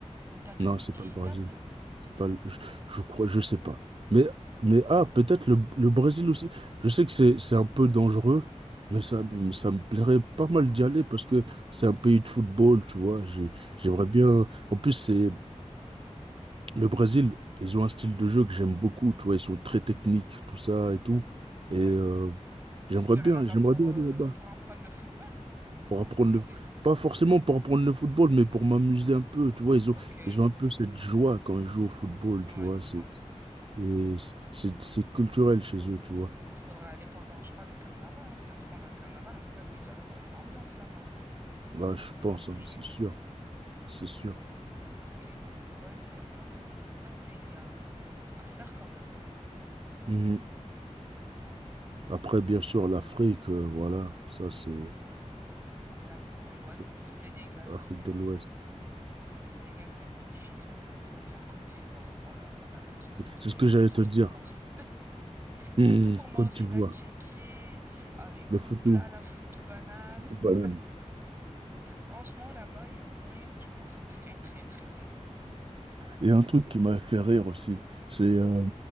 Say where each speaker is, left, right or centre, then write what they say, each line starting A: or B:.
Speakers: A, on the right; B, on the right.
A: où t'as tout
B: Non,
A: le monde
B: c'est
A: qui
B: pas le
A: y
B: Brésil.
A: tape là?
B: C'est pas, le- je, je crois, je sais pas. Mais, mais ah, peut-être le, le Brésil aussi. Je sais que c'est, c'est un peu dangereux, mais ça, me- ça me plairait pas
A: Ça
B: mal
A: te plairait?
B: d'y aller parce que c'est un pays de football, tu vois. J'ai-
A: Ouais,
B: J'aimerais bien. En plus, c'est le Brésil, ils ont un style de jeu que j'aime beaucoup, tu vois. Ils sont très techniques, tout ça et tout.
A: ouais.
B: Et euh,
A: Donc
B: j'aimerais
A: t'irais
B: bien,
A: là-bas
B: j'aimerais
A: pour,
B: bien
A: euh,
B: aller là-bas
A: pour apprendre le football ou
B: pour
A: pour
B: apprendre
A: visiter?
B: le, pas forcément pour apprendre le football, mais pour m'amuser un peu, tu vois. Ils
A: Ok,
B: ont,
A: ouais,
B: ils ont un peu cette joie quand ils jouent au football,
A: ouais.
B: tu vois. Et c- c'est c'est culturel chez eux, tu vois.
A: Il Faudra aller pendant, je crois, le carnaval, hein. Peut-être pendant le carnaval, à mon avis, il doit y avoir de l'ambiance là-bas. hein. Carnaval
B: Bah, je pense,
A: de Rio.
B: hein, c'est sûr,
A: Hmm.
B: c'est sûr.
A: Ok, donc euh, ouais, non, il y a plein de, il y a plein de pays à, à faire quand même. hein.
B: Mhm. Après, bien sûr, l'Afrique, euh, voilà, ça c'est
A: L'Afrique de l'Ouest,
B: c'est
A: bon, Sénégal,
B: Afrique
A: c'est
B: de l'Ouest.
A: Sénégal, c'est magnifique là-bas, c'est à faire. Côte d'Ivoire, oh là là, là-bas, j'aimerais trop
B: C'est ce
A: y aller,
B: que j'allais
A: mais surtout
B: te dire.
A: pour manger. Surtout
B: Mhm.
A: pour manger,
B: Côte d'Ivoire,
A: la tchéké, ah, les bons
B: le foutou,
A: plats, la foutou banane. <laughs>
B: les bananes.
A: Franchement, là-bas, il y a moyen que tu manges très, très, très bien.
B: Et un truc qui m'a fait rire aussi, c'est, euh,